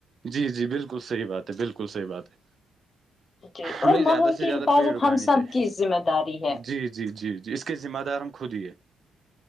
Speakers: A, on the right; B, on the left.
A: جی جی بالکل صحیح بات ہے بالکل صحیح بات ہے
B: جی
A: ہمیں
B: اور
A: زیادہ
B: ماحول
A: سے
B: کی
A: زیادہ
B: حفاظت
A: پیڑ اگے
B: ہم سب
A: چاہیے
B: کی ذمہ داری ہے
A: جی جی جی جی اس کے ذمہ دار ہم خود ہیے